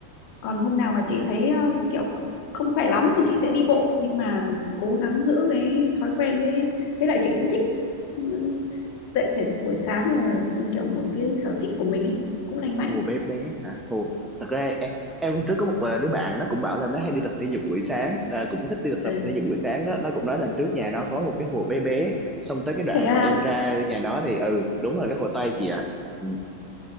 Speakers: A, on the left (about 45°); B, in the centre.
A: còn hôm nào mà chị
B: ừ,
A: thấy ờ, kiểu không khỏe lắm thì chị sẽ đi bộ nhưng mà cố gắng giữ cái thói quen với với lại chị cũng thích ừ, dậy thể dục buổi sáng là ừ, kiểu một cái sở thích của mình ý, cũng lành mạnh
B: hồ bé bé hả? Hồ thật ra em, em hôm trước có một ờ, đứa bạn nó cũng bảo là nó hay đi tập thể dục buổi sáng, là cũng thích đi tập, tập
A: ừ.
B: thể dục buổi sáng đó, nó cũng nói là trước nhà nó có một cái hồ bé bé, xong tới cái đoạn
A: thế à
B: mà em ra nhà nó thì ừ, đúng là cái hồ Tây chị ạ. Ừ.